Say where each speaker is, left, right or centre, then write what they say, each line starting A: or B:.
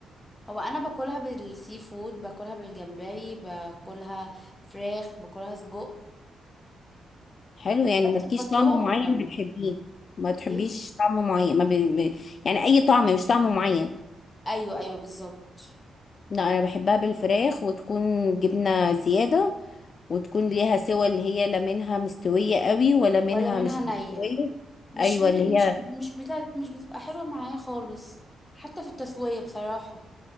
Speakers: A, on the left; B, on the left.
A: هو انا باكلها بالسي فود باكلها بالجمبري باكلها فراخ باكلها سجق
B: حلو يعني
A: بس
B: مالكيش
A: بطلبها
B: طعم معين
A: من بره
B: بتحبيه ما بتحبيش
A: ليه
B: طعم معين ما ب... ب- يعني اي طعم مش طعم معين
A: ايوه ايوه بالظبط
B: لا انا بحبها بالفراخ وتكون جبنه زياده وتكون ليها سوى اللي هي لا منها مستويه قوي ولا منها
A: ولا منها
B: مش
A: نية
B: مستويه
A: مش
B: ايوه
A: م-
B: اللي هي
A: مش مش بتاعت مش بتبقى حلوة معايا خالص حتى في التسوية بصراحة